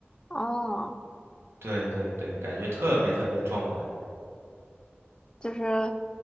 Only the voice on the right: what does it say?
对对对，感觉特别特别的壮观。